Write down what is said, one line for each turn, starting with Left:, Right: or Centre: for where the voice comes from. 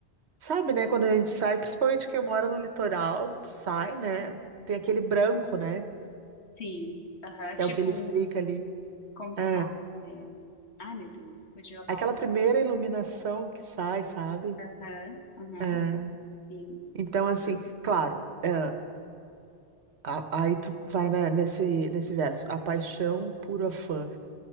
Right: sabe, né? Quando a gente sai, principalmente quem mora no litoral, que tu sai, né? Tem aquele branco, né?
Left: sim. Aham,
Right: Que
Left: Tipo,
Right: é o que ele explica ali.
Left: como que
Right: É,
Left: fala? É, Ai, meu Deus, fugiu a palavra.
Right: aquela primeira iluminação que sai, sabe?
Left: Aham, aham.
Right: É.
Left: Sim.
Right: Então, assim, claro. é, A- Aí tu vai na- nesse, nesse verso. A paixão pura fã.